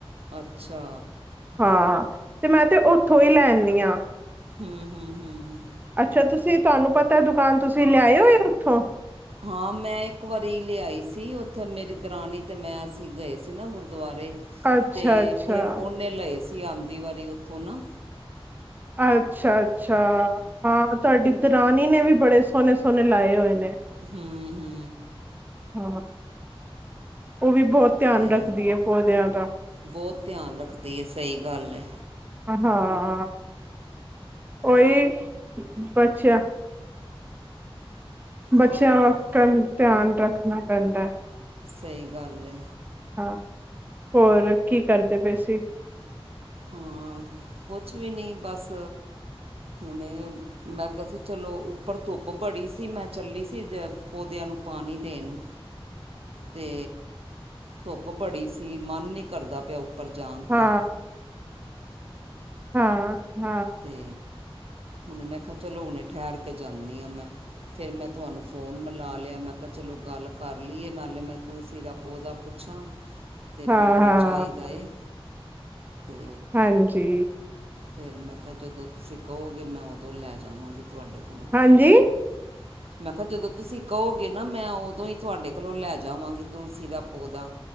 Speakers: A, on the right; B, on the right.
A: ਅੱਛਾ।
B: ਹਾਂ ਤੇ ਮੈਂ ਤੇ ਔਥੋਂ ਈ ਲੈਨੀ ਆਂ
A: ਹਮ- ਹਮ- ਹਮ।
B: ਅੱਛਾ ਤੁਸੀਂ ਤੁਹਾਨੂੰ ਪਤਾ ਦੁਕਾਨ ਤੁਸੀਂ ਲਿਆ ਹੋਏ ਉੱਥੋਂ
A: ਹਾਂ ਮੈਂ ਇੱਕ ਵਾਰੀ ਲਿਆਈ ਸੀ ਉੱਥੇ ਮੇਰੀ ਦਰਾਨ ਤੇ ਮੈਂ ਅਸੀਂ ਗਏ ਸੀ ਨਾ ਗੁਰਦੁਆਰੇ
B: ਅੱਛਾ
A: ਤੇ
B: ਅੱਛਾ
A: ਫੇਿਰ ਉਹਓਨੇ ਲਏ ਸੀ ਆਉਂਦੀ ਵਾਰੀ ਉੱਥੋਂ ਨਾ
B: ਅੱਛਾ ਅੱਛਾ ਹਾਂ ਤੁਹਾਡੀ ਤੇ ਰਾਣੀ ਨੇ ਵੀ ਬੜੇ ਸੋਹਨੇ ਸੋਹਨੇ ਲਾਏ ਹੋਏ ਨੇ
A: ਹਮ ਹਮ
B: ਹਾਂ ਉਹ ਵੀ ਬਹੁਤ ਧਿਆਨ
A: ਤੇ
B: ਰੱਖਦੀ ਐ ਪੌਦਿਆਂ ਦਾ
A: ਬਹੁਤ ਧਿਆਨ ਰੱਖਦੀ ਐ ਸਹੀ ਗੱਲ ਐ
B: ਹਾਂ ਉਹੀ ਬੱਚਿਆ ਬੱਚਿਆਂ
A: ਹਾਂ
B: ਵਕਨ ਧਿਆਨ ਰੱਖਣਾ ਪੈਂਦਾ
A: ਸਹੀ ਗੱਲ ਐ
B: ਹਾਂ ਹੋਰ ਕੀ ਕਰਦੇ ਪਏ ਸੀ
A: ਹਾਂ ਕੁਛ ਵੀ ਨੀ ਬਸ ਹੁਨੇ ਮੈਂ ਕਿਹਾ ਸੀ ਚਲੋ ਉੱਪਰ ਧੁੱਪ ਬੜੀ ਸੀ ਮੈਂ ਚੱਲੀ ਸੀ ਜੈ ਪੋਦਿਆਂ ਨੂੰ ਪਾਣੀ ਦੇਣ ਤੇ ਧੁੱਪ ਬੜੀ ਸੀ ਮਨ ਨੀ ਕਰਦਾ ਪਿਆ ਉੱਪਰ ਜਾਨ
B: ਹਾਂ
A: ਤੇ
B: ਹਾਂ ਹਾਂ
A: ਅਤੇ ਹੁਣ ਮੈਂ ਕਿਹਾ ਚਲੋ ਹੁਣੇ ਠਹਿਰ ਕੇ ਜਾਨੀ ਆਂ ਮੈਂ ਫਿਰ ਮੈਂ ਤੁਹਾਨੂੰ ਫੋਨ ਮਿਲਾ ਲਯਾ ਮੈਂ ਕਿਹਾ ਚਲੋ ਗੱਲ ਕਰ ਲਈਏ ਨਾਲੇ ਮੈਂ ਤੁਸੀ ਦਾ ਪੋਦਾ ਪੁੱਛਾਂ ਤੇ ਵੀ
B: ਹਾਂ
A: ਮੈਨੂੰ
B: ਹਾਂ
A: ਚਾਹੀਦਾ ਏ ਤੇ
B: ਹਾਂਜੀ
A: ਫੇਰ ਮੈਂ ਕਿਹਾ ਜਦੋਂ ਤੁਸੀਂ ਕਹੋਗੇ ਮੈਂ ਉਦੋਂ ਲੈ ਜਾਵਾਂਗੀ ਤੁਹਾਡੇ ਕੋਲੋਂ
B: ਹਾਂਜੀ
A: <inaudible> ਮੈਂ ਕਿਹਾ ਜਦੋਂ ਤੁਸੀਂ ਕਹੋਗੇ ਨਾ ਮੈਂ ਉਦੋਂ ਹੀ ਤੁਹਾਡੇ ਕੋਲੋਂ ਲੈ ਜਾਵਾਂਗੀ ਤੁਲਸੀ ਦਾ ਪੋਦਾ